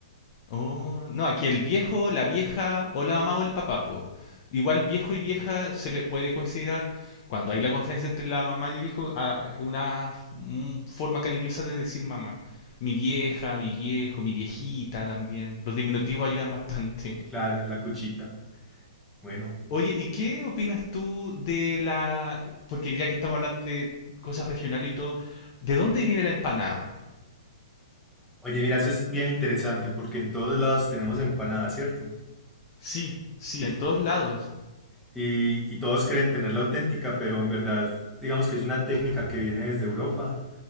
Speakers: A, on the left; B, in the centre.
A: Oh, no, aquí el viejo, la vieja o la mamá o el papá, po. Igual viejo y vieja se le puede considerar, cuando hay la confianza entre la mamá y el hijo, a- una f- un forma cariñosa de decir mamá. Mi vieja, mi viejo, mi viejita también. Los diminutivos ayudan bastante.
B: Claro,
A: <laughs>
B: la cuchita. Bueno.
A: Oye, ¿y qué opinas tú de la... Porque ya que estamos hablando de cosas regionales y todo, ¿de dónde viene la empanada?
B: Oye, mira, eso es bien interesante porque en todos lados tenemos empanadas, ¿cierto?
A: Sí, sí,
B: Te-
A: en todos lados.
B: Y, y todos creen tener la auténtica, pero en verdad, digamos que es una técnica que viene desde Europa